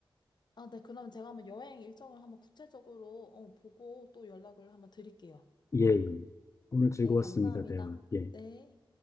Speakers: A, on the left; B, on the left.
A: 아, 네, 그럼 제가 한번 여행 일정을 한번 구체적으로 어, 보고 또 연락을 한번 드릴게요.
B: 예, 예. 오늘 즐거웠습니다.
A: 네, 감사합니다.
B: 대화. 예.
A: 네.